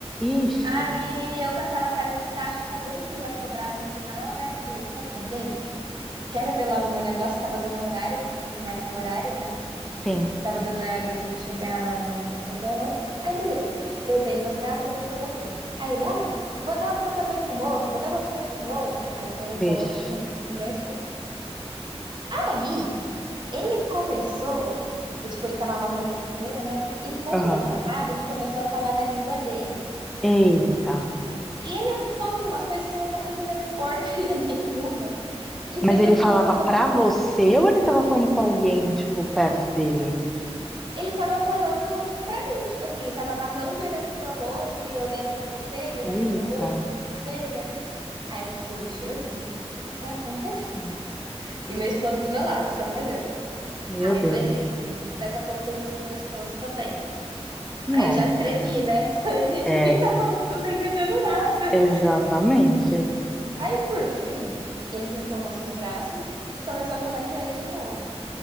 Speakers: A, in the centre; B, on the right.
A: Ixi,
B: Aí, eu com aquela cara de tacho, sabendo que ele ia cobrar no final, né? Falei, quer saber? Quero ver logo o meu negócio. Tava dando horário, que tem que marcar horário, né?
A: sim,
B: Tava dando horário da gente chegar lá no, no Panteão. Aí, beleza. Eu dei meu braço, ele colocou. Aí ele, ah, vou dar uma também pro moço, vou dar uma também pro moço. Aí colocou
A: vixe.
B: no pulso do meu esposo. Aí, Ele começou, e tipo, ele tava amarrando a pulseira, né? Enquanto
A: Aham.
B: ele amarrava, ele começou a falar na língua dele.
A: Eita.
B: E ele falando umas coisas que eu não tava entendendo porcaria <laughs> nenhuma. E
A: Mas
B: fez
A: ele
B: a mesma
A: falava
B: coisa
A: pra
B: pro...
A: você ou ele tava falando com alguém, tipo, perto dele?
B: Ele tava falando pra mim, tipo assim, ele tava amarrando e olhando pro meu rosto, e olhando pra pulseira, e olhando
A: Eita,
B: pro meu rosto, pra pulseira. Aí eu fiquei, Jesus, o que que tá acontecendo? E meu esposo do meu lado, só me olhando.
A: meu
B: Aí,
A: Deus.
B: beleza. Daqui a pouco fez isso com meu esposo também.
A: Nossa.
B: Aí eu já tremi, né? <laughs> Falei, gente,
A: É,
B: quem tá falando que eu não tá entendendo nada?
A: exatamente.
B: Aí, por fim, ele juntou nossos braços e começou a falar inglês de novo.